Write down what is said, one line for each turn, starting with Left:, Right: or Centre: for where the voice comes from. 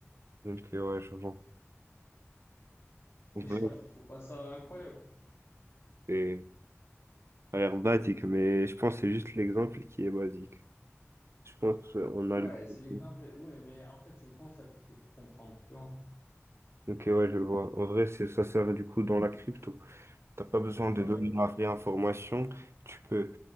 Right: Donc, euh, ouais, je vois. En
Left: Et je
Right: vrai,
Left: sais pas, je trouve pas ça incroyable.
Right: c'est- Ça a l'air basique, mais je pense que c'est juste l'exemple qui est basique. Je pense qu'on a
Left: Ouais,
Right: le gros.
Left: c'est l'exemple. Oui, mais en fait, c'est le concept qu'il faut comprendre, tu vois.
Right: Ok, ouais, je vois. En vrai, c'est ça sert du coup dans la crypto. T'as pas besoin de
Left: Ouais,
Right: donner la vraie information. Tu peux